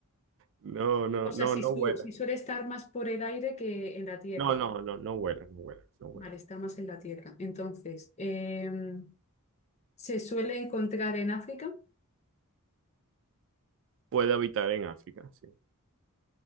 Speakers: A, on the right; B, on the left.
A: No, no,
B: O sea,
A: no,
B: si,
A: no
B: su-
A: vuela.
B: si suele estar más por el aire que en la tierra.
A: No, no, no, no vuela, no vuela, no vuela.
B: Vale, está más en la tierra. Entonces, em, se suele encontrar en África.
A: Puede habitar en África, sí.